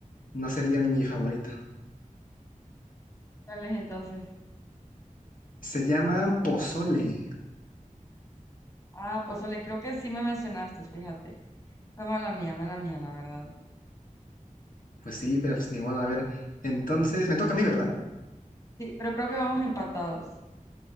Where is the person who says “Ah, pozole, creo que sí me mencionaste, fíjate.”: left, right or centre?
Left